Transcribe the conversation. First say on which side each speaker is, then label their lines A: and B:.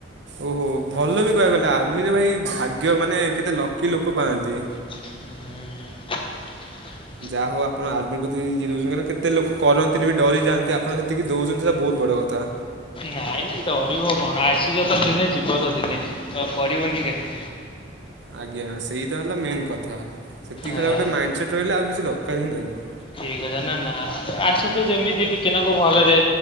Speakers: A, on the right; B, on the left.
A: ଓହୋ ଭଲ ବି କହିବାକୁ ଗଲେ ଆର୍ମିରେ ଭାଇ ଭାଗ୍ୟ ମାନେ କେତେ ଲକି ଲୋକ ପାଆନ୍ତି।
B: ହୁଁ।
A: ଯାହା ହଉ ଆପଣ ଆର୍ମି କୁ ଇଏ ଦେଉଛନ୍ତି କେଟେ ଲୋକ କରନ୍ତିନି ବି ଡରିଯାଆନ୍ତି ଆପଣ ସେତିକି ଦେଉଛନ୍ତି ସେଇଟା ବହୁତ ବଡ଼ କଥା।
B: ନାଇଁ ନାଇଁ ଡରିବ କଣ ଆସିଛ ତ ଦିନେ ଯିବ ତ ଦିନେ ତ କରିବନି କାହିଁ।
A: ଆଜ୍ଞା ସେଇ ତ ହେଲା ମେନ୍ କଥା ସେତିକି
B: ଆ
A: ଖାଲି ଗୋଟେ ମାଇଣ୍ଡ ସେଟ୍ ରହିଲେ ଆଉ କିଛି ଦରକାର ହିଁ ନାହିଁ।
B: ଠିକ ଅଛି ନା ନା ଆସୁଛ ଯେମିତି ଟିକେ ନାକୁ ଭଲରେ